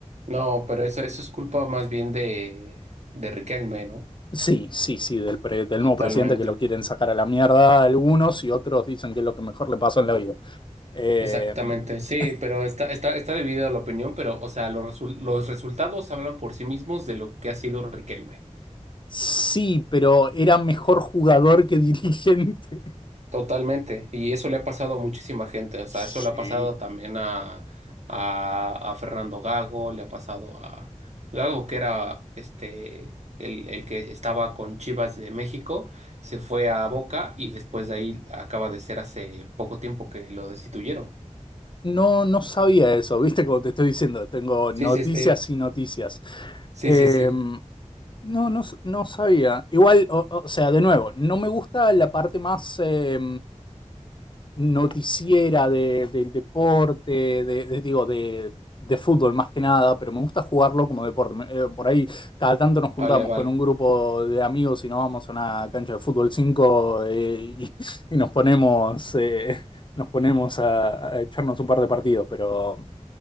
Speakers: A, on the right; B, on the left.
A: No, pero eso, eso es culpa más bien de, de Riquelme, ¿no?
B: Sí, sí, sí, del, pre- del
A: Totalmente.
B: nuevo presidente que lo quieren sacar a la mierda algunos y otros dicen que es lo que mejor le pasó en la vida. Eh,
A: Exactamente, sí,
B: <laughs>
A: pero está, está, está dividida la opinión, pero, o sea, los, resul- los resultados hablan por sí mismos de lo que ha sido Riquelme.
B: sí, pero era mejor jugador que <laughs> dirigente.
A: Totalmente. Y eso le ha pasado a muchísima gente. O sea,
B: Sí.
A: eso le ha pasado también a, a, a Fernando Gago, le ha pasado a Gago, que era este el, el que estaba con Chivas de México, se fue a Boca y después de ahí acaba de ser hace poco tiempo que lo destituyeron.
B: No, no sabía eso, ¿viste? Como te estoy diciendo, tengo
A: Sí,
B: noticias
A: sí, sí.
B: y noticias.
A: Sí,
B: Em,
A: sí, sí.
B: No, no, s- no sabía. Igual, o, o sea, de nuevo, no me gusta la parte más eh, noticiera de- del deporte, de, de- digo, de, de fútbol más que nada, pero me gusta jugarlo como deporte. Me- eh, por ahí cada tanto nos juntamos
A: Vale, vale.
B: con un grupo de amigos y nos vamos a una cancha de fútbol cinco eh, y, y nos ponemos, eh, nos ponemos a, a echarnos un par de partidos, pero...